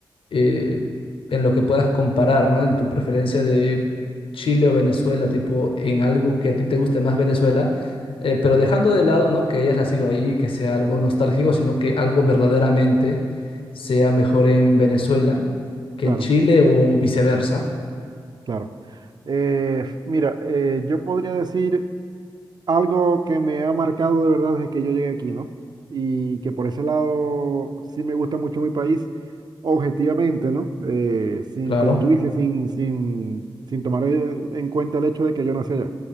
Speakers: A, on the left; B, on the right.
A: eh, en lo que puedas comparar, ¿no? En tu preferencia de Chile o Venezuela, tipo, en algo que a ti te guste más Venezuela, eh, pero
B: Ya,
A: dejando de lado, ¿no? Que hayas nacido ahí, que sea algo nostálgico, sino que algo verdaderamente sea mejor en Venezuela que
B: claro,
A: en Chile o viceversa.
B: claro. Eh, mira, eh, yo podría decir Algo que me ha marcado de verdad desde que yo llegué aquí, ¿no? Y que por ese lado sí me gusta mucho mi país, objetivamente, ¿no? Eh, sin,
A: Claro,
B: como tú dices, sin, sin, sin tomar eh, en cuenta el hecho de que yo nací allá.